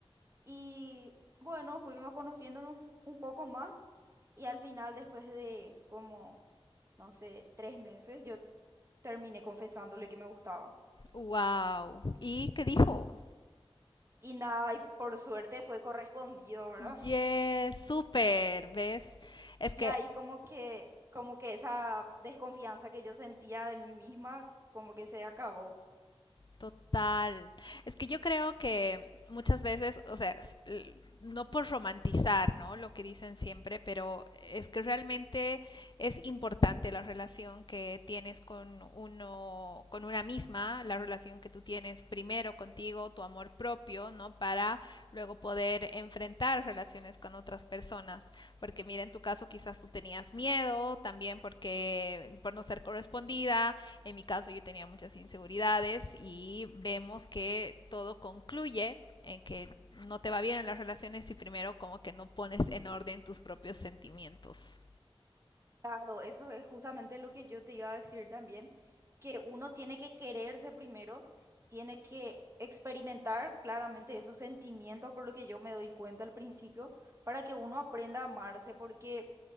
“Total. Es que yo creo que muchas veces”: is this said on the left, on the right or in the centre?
Left